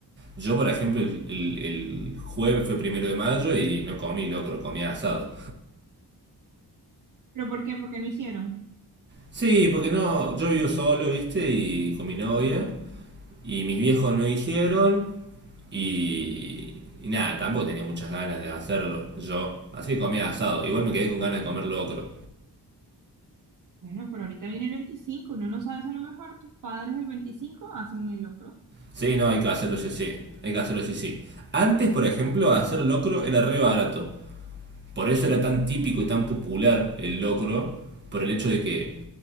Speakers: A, on the right; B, on the right.
A: yo por ejemplo el, el- el jueves fue primero de mayo y no comí locro, comí asado.
B: ¿Pero por qué? ¿Por qué no hicieron?
A: Sí, porque no, yo vivo solo, viste, y con mi novia.
B: Ah.
A: Y mis viejos no hicieron y, y nada, tampoco tenía muchas ganas de hacerlo yo. Así que comía asado. Igual me quedé con ganas de comer locro.
B: Bueno, pero ahorita viene el 25. uno no sabes a lo mejor, tus padres el veinticinco hacen el locro.
A: Sí, no, hay que hacerlo sí, sí. Hay que hacerlo sí, sí. Antes, por ejemplo, hacer locro era re barato. Por eso
B: ¿ok?
A: era tan típico y tan popular el locro, por el hecho de que